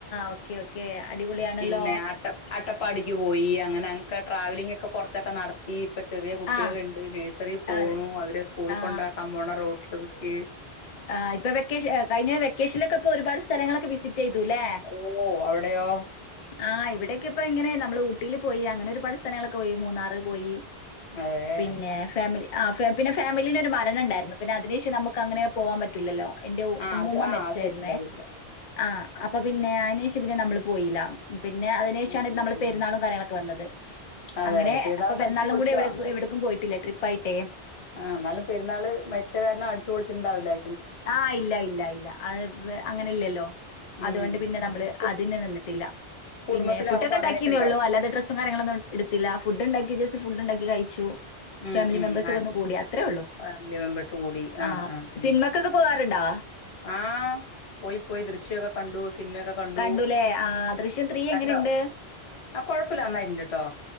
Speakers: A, on the left; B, on the left.
A: ഓക്കെ ഓക്കെ അടിപൊളിയാണല്ലോ
B: പിന്നെ ആട്ട അട്ടപ്പാടിക്ക് പോയി അങ്ങനെ അങ്ങ്ക ട്രാവലിംഗക്കെ കൊർച്ചൊക്കെ നടത്തി ഇപ്പ ചെറ്യെ കുട്ട്യാളിണ്ട്
A: ആ
B: നേഴ്സ് പോണു
A: ആ
B: അവരെ സ്കൂള്
A: ആ
B: കൊണ്ടാക്കാൻ പോണ റോട്ലടക്ക്
A: ആഹ് ഇപ്പെ വെക്കേഷ ഏഹ് കൈഞ്ഞ വെക്കേഷനൊക്കെ ഇപ്പോ ഒരുപട് സ്ഥലങ്ങളൊക്കെ വിസി റ്റെയ്തു ലേ
B: ഓ അവിടെയോ
A: ആഹ് ഇവിടെക്കെ ഇപ്പോ എങ്ങെനെ നമ്മള് ഊട്ടീല് പോയി അങ്ങനെ ഒരുപാട് സ്ഥലങ്ങളൊക്കെ പോയി മൂന്നാറ് പോയി
B: അതെ
A: പിന്നെ ഫാമിലി ആഹ് ഫാ പിന്നെ ഫാമിലീലൊരു മരണണ്ടായ്രുന്നു പിന്നെ അതിനേഷം നമുക്ക് അങ്ങനെ പോവാൻ പ റ്റുലല്ലോ എന്റെ
B: ആ
A: ഉമ്മൂമ്മ
B: അത് ആ
A: മര്ച്ചായിര്ന്നേ
B: അത് പറ്റില്ല അത് പറ്റില്ല
A: ആഹ് അപ്പൊ പിന്നെ അയ്നേഷം പിന്നെ നമ്മള് പോയീല്ല പിന്നെ അതിനേഷാണ്
B: ഉം
A: നംള്
B: ഉം ഉം
A: പെര്ന്നാളും കാര്യങ്ങളൊക്കെ വന്നത്
B: അതെ
A: അങ്ങനെ
B: അതെ പെരുന്നാളൊക്കെ
A: അപ്പൊ പെര്ന്നാൾനും
B: അടിച്ചു പൊളിച്ചോ?
A: കൂടി ഇവ്ടെകു എവ്ടിക്കും പോയിട്ടില്ല ട്രിപ്പായ്ട്ടേ
B: ആഹ് ഇന്നാലും പെര്ന്നാള് മര്ച്ച കാര്ന അട്ച്ചൊൾചിണ്ടാവില്ലാ
A: ആഹ് ഇല്ല ഇല്ല ഇല്ല അത് അങ്ങനെ ഇല്ലല്ലോ
B: ഉം
A: അതുകൊണ്ട് പിന്നെ നമ്മള്
B: കു
A: അതിന് നിന്നിട്ടില്ല
B: കുടുംബത്തിലാവുമ്പോ
A: പിന്നെ ഫുഡ്ഡക്കെ
B: അങ്ങനെയൊക്കെ
A: ഇണ്ടാക്കീന്നൊള്ളൂ
B: ഇണ്ടാവും.
A: അല്ലാതെ ഡ്രസ് സും കാര്യങ്ങളൊന്നും ഇട്ത്തില ഫുഡ്ഡിണ്ടാക്കി ജെസ്റ്റ് ഫുഡ്ഡിണ്ടാക്കി കഴിച്ചു
B: ഉം
A: ഫാമിലി
B: ഉം
A: മെമ്പേഴ്സക്കെ
B: ആഹ്
A: ഒന്ന് കൂടി അത്രേ ഒള്ളു
B: ഫാമിലി മെമ്പേഴ്സ് കൂടി
A: ആഹ്
B: ആഹ്
A: ക്കൊക്കെ പോവാറ്ണ്ടാ
B: ആഹ് പോയി പോയി ദൃശ്യൊക്കെ കണ്ടു സിൻമ്യക കണ്ടു
A: കണ്ടുല്ലേ. ആ ദൃശ്യം ത്രീ
B: കണ്ടോ
A: എങ്ങനെയുണ്ട്?
B: ആഹ് കൊഴപ്പല്ല നന്നായിണ്ട്ട്ടോ